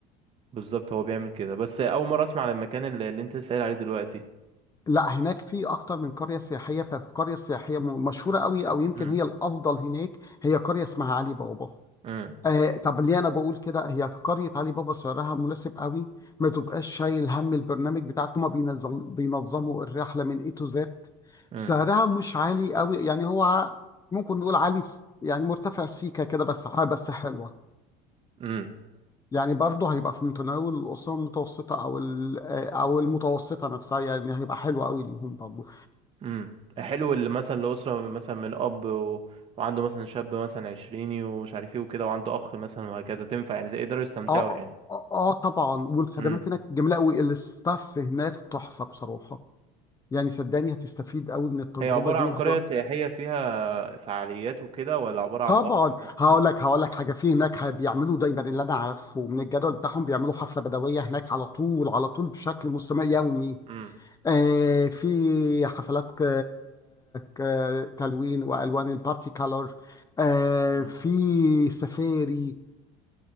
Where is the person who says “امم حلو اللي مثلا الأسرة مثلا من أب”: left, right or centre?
Right